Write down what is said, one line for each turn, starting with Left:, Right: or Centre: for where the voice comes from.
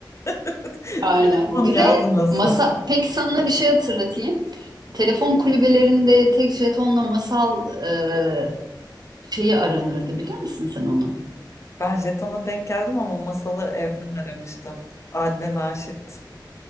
Left: <laughs>
Right: aynen.
Left: telefon
Right: Bir
Left: yazmasın.
Right: de masa peki sana bir şey hatırlatayım. Telefon kulübelerinde tek jetonla masal e, şeyi aranırdı bilir misin sen onu?
Left: Ben jetona denk geldim ama masalı evden aramıştım. Adnan Naşit'in